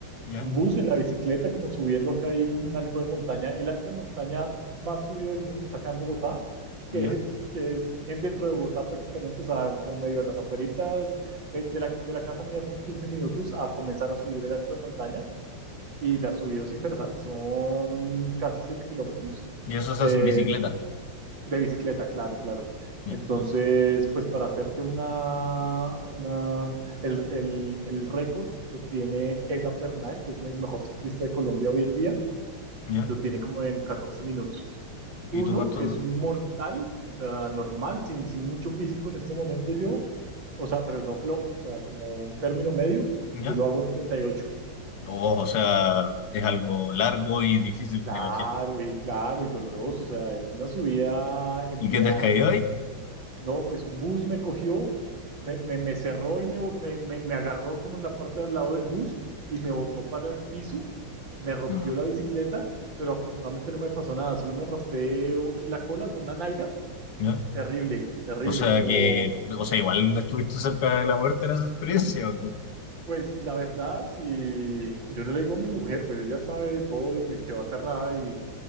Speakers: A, on the left (about 80°); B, on the right (about 55°).
A: Ya,
B: un bus en la bicicleta, como subiendo acá ahí como un alto de montaña. El alto de montaña más subido del mundo está acá en Bogotá, que
A: ya.
B: es, que es en, dentro de Bogotá prácticamente, o sea, como medio a las afueritas. De, de, la, de la casa mía son 15 minutos a comenzar a subir el alto de montaña y la subida es interesante, son casi 7 kilómetros.
A: Y eso se
B: Eh,
A: hace en bicicleta.
B: de bicicleta, claro, claro.
A: Ya,
B: Entonces, pues para hacerte una, una, el, el- el récord lo tiene Egan Bernal, que es el mejor ciclista de Colombia hoy en día,
A: ya.
B: lo tiene como en 14 minutos. Uno,
A: ¿Y tú cuánto?
B: que es un mortal, o sea, normal, sin, sin mucho físico en este momento yo, o sea, pero no flojo, o sea, como un término medio,
A: ¿Ya?
B: yo lo hago en 38.
A: Oh, o sea, es algo largo y difícil,
B: Claro,
A: me imagino.
B: y claro, y doloroso, o sea, es una subida empinada.
A: ¿Y qué te has caído ahí?
B: No, pues un bus me cogió, me, me, me cerró y me, me, me- me agarró como en la parte de al lado del bus y me botó para el piso, me rompió
A: No,
B: la bicicleta, pero afortunadamente no me pasó nada, solo me raspé la cola con una nalga.
A: ¿ya?
B: Terrible, terrible,
A: O sea
B: como,
A: que, o sea, igual estuviste cerca de la muerte en esa experiencia, ¿o qué?
B: pues la verdad, si yo no le digo a mi mujer, pues ella sabe todo y me quedó aterrada y